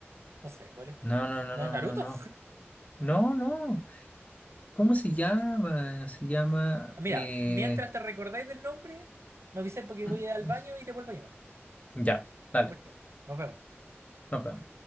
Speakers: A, on the right; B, on the left.
A: No sé, ¿cuál es?
B: no, no, no,
A: ¿No
B: no,
A: es Naruto?
B: no, no. No, no. no. ¿Cómo se llama? Se llama...
A: <laughs> Mira,
B: eh,
A: mientras te recordáis del nombre, me avisáis porque
B: mm,
A: voy al
B: mm,
A: baño y te vuelvo a llamar.
B: Ya, dale.
A: Ya, pues, Nos vemos.
B: Nos vemos.